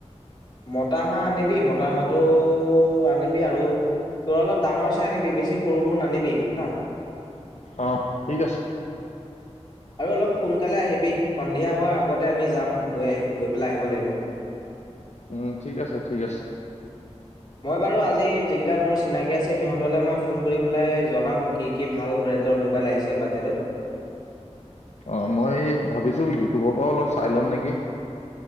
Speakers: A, on the left; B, on the left.
A: মতা হাঁহ আনিবি। মতা হাঁহটো আনিবি আৰু তোৰ অলপ ডাঙৰ চাই আনিবি, বেছি সৰুবোৰ নানিবি হাঁ।
B: অঁ, ঠিক আছে।
A: আৰু অলপ সোনকালে আহিবি। সন্ধিয়া হোৱাৰ আগতে আমি যাম, গৈ পেলাই আহিব লাগিব।
B: উম। ঠিক আছে ঠিক আছে।
A: মই বাৰু আজি যিকেইটা মোৰ চিনাকী আছে সিহঁতলৈ মই ফোন কৰি পেলাই জনাম কি কি ভাল ব্ৰেণ্ডৰ মোবাইল আহিছে বাজেটত।
B: অ মই ভাবিছো ইউটিউবৰ পৰাও অলপ চাই ল'ম নেকি